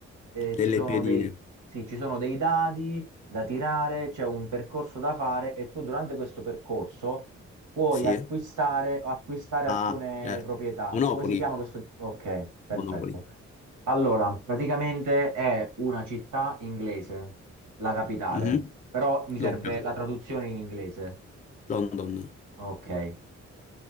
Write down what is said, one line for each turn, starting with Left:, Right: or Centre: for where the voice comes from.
Right: Eh,
Left: Delle
Right: ci sono
Left: piedine.
Right: dei, sì, ci sono dei dadi da tirare, c'è un percorso da fare e tu durante questo percorso puoi
Left: Sì.
Right: acquistare o acquistare alcune
Left: Ah, certo.
Right: proprietà.
Left: Monopoli.
Right: Come si chiama questo? Ok, perfetto.
Left: Monopoli.
Right: Allora, praticamente è una città inglese, la capitale,
Left: Mhm.
Right: però mi serve
Left: Londra.
Right: la traduzione in inglese.
Left: London.
Right: Ok. Eh,